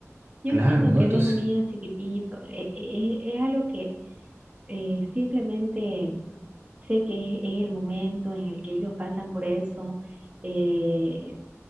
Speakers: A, on the right; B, on the right.
A: Yo
B: claro,
A: entiendo
B: ¿no?
A: que
B: Entonces,
A: él es un niño chiquitito, e- e- e- es, algo que eh, simplemente sé que es, es el momento en el que ellos pasan por eso. eh,